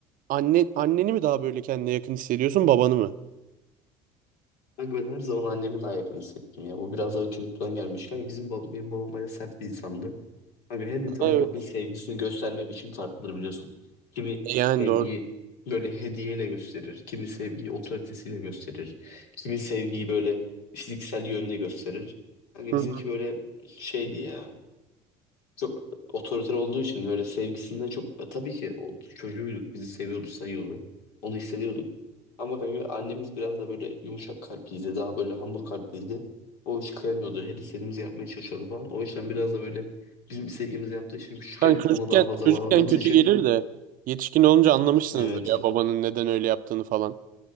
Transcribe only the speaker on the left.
Kanka ben her zaman annemi daha yakın hissettim ya. Bu biraz da çocukluktan gelmiş. Kanka bizim bab benim babam bayağı sert bir insandı. Kanka her insanın
zaten sevgisini gösterme biçimi farklıdır biliyorsun. Kimi
sevgiyi
böyle hediyeyle gösterir. Kimi sevgiyi otoritesiyle gösterir. Kimi sevgiyi böyle fiziksel yönüyle gösterir. Kanka
bizimki böyle şeydi ya çok otoriter olduğu için böyle sevgisinden çok e, tabii ki o çocuğuyduk bizi seviyordu sayıyordu. Onu hissediyorduk. Ama kanka annemiz biraz da böyle yumuşak kalpliydi. Daha böyle hamur kalpliydi. O hiç kıyamıyordu. Her istediğimizi yapmaya çalışıyordu falan. O yüzden biraz da böyle bizim istediğimizi yaptığı için küçükken
ona daha fazla
bağlandığımız
için
evet.